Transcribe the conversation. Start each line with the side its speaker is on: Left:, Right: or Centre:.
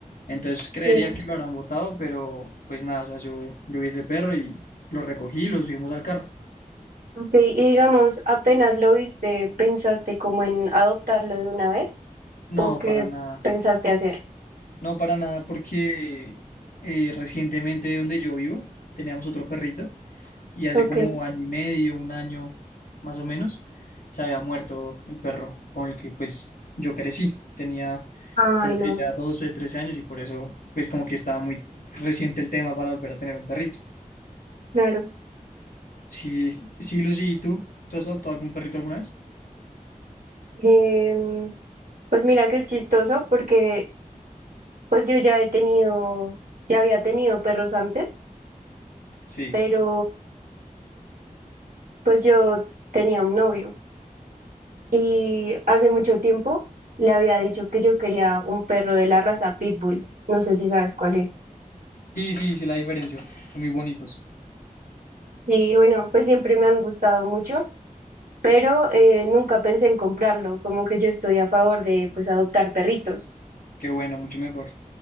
Left: Entonces creería
Right: sí,
Left: que lo habrán botado, pero pues nada, o sea, yo, yo vi ese perro y lo recogí, lo subimos al carro.
Right: ok. Y digamos, apenas lo viste, ¿pensaste como en adoptarlo de una vez?
Left: No,
Right: ¿O qué
Left: para nada,
Right: pensaste hacer?
Left: no para nada, porque eh, recientemente donde yo vivo teníamos otro perrito Y hace
Right: Ok.
Left: como año y medio, un año más o menos, se había muerto el perro con el que pues yo crecí. Tenía
Right: Ay,
Left: creo
Right: no,
Left: que ya 12 13 años y por eso pues como que estaba muy reciente el tema para volver a tener un perrito.
Right: claro.
Left: Sí, sí, Lucy, ¿y tú? ¿Tú has adoptado algún perrito alguna vez?
Right: Em, pues mira que es chistoso porque pues yo ya he tenido, ya había tenido perros antes,
Left: Sí.
Right: pero pues yo tenía un novio y hace mucho tiempo le había dicho que yo quería un perro de la raza Pitbull. No sé si sabes cuál es.
Left: Sí, sí, sí, la diferencia. Son muy bonitos.
Right: Sí, bueno, pues siempre me han gustado mucho, pero eh, nunca pensé en comprarlo, como que yo estoy a favor de pues adoptar perritos.
Left: Qué bueno, mucho mejor.